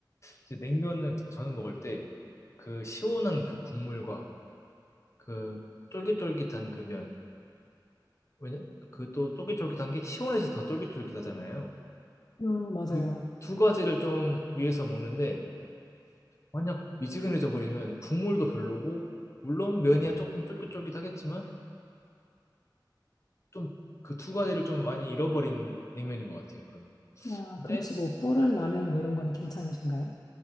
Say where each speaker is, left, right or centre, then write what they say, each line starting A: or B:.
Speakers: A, on the left (about 40°); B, on the left (about 55°).
A: 이제 냉면은 저는 먹을 때 그 시원한 그 국물과 그 쫄깃쫄깃한 그면 왜냐 그 또 쫄깃쫄깃한 게 시원해서 더 쫄깃쫄깃하잖아요.
B: 어, 맞아요.
A: 그 두 가지를 좀 위해서 먹는데 만약 미지근해져 버리면 국물도 별로고 물론 면이야 조금 쫄깃쫄깃하겠지만 좀 그 두 가지를 좀 많이 잃어버린 냉면인 것 같아요. 그러면
B: 아,
A: 근데
B: 그럼 혹시 뭐 불은 라면 뭐 이런 거는 괜찮으신가요?